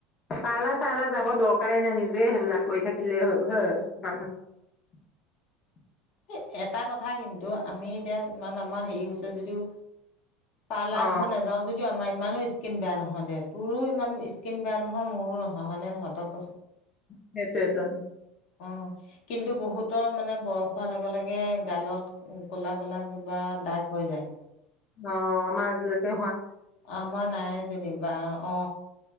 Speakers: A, on the left; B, on the left.
A: পালা চালা যাব দ'কায়ে নাই নিজে হেবিলাক ক ই থাক দিলেই হ'ল হয় <unintelligible>
B: এ এটা কথা কিন্তু, তো' আমি এতিয়া ইমান আমা হেই হৈছে যদিওঁ পালা
A: অ
B: ধ নেযাওঁ যদিও আম আমা ইমানো স্কিন বেয়া নহয় দে। তোৰো ইমান স্কিন বেয়া নহ অ, মোৰো নহয় হয়নে নহয় তই ক
A: সেটোৱে তাৰমানে
B: অ, কিন্তু বহুতৰ মানে বয়স হোৱা লগে লগে গালত ক'লা-ক'লা কিবা দাগ হৈ যায়।
A: অ' আমা আজিলেকে
B: আমা নাই যেনিবা অ।